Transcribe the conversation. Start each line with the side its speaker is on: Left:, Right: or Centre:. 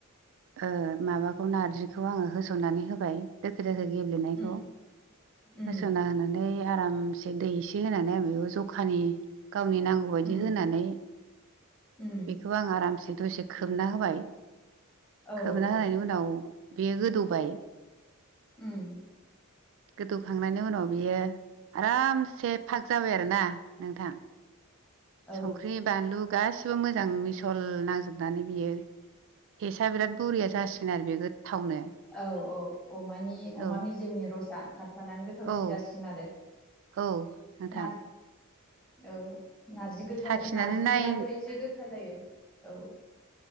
Right: ओ माबाखौ नारजिखौ आंङो होसननानै होबाय। दोखो दोखो गेब्लेनायखौ
Centre: उम उम
Right: होसोनना होनानै आरामसे दै एसे होनानै जखानि गावनि नांगौ बायदि
Centre: उम
Right: होनानै
Centre: उम
Right: खौ आं आरामसे दसे खोबना होबाय
Centre: औ
Right: खोबना होनायनि
Centre: औ
Right: उनाव बेयो गोदौबाय।
Centre: उम
Right: गोदौखांनायनि उनाव बियो आरामसे फाग जाबाय आरोना नोंथां।
Centre: औ ओ
Right: संख्रि बानलु गासिबो मोजां मिसल नांजोबनानै बियो टेसआ बिराद बरिया जासिनो आरो बे गोथावनो।
Centre: औ औ अमानि अमा
Right: औ
Centre: मेजेमनि रसआ ओंखारफानानै गोथावसिन
Right: औ
Centre: जासिनो आरो।
Right: औ नोंथां।
Centre: नार औ नारजि गोथा
Right: साखिनानै
Centre: नार्जि
Right: नाय
Centre: गोजाथ' एसे गोखा जायो औ।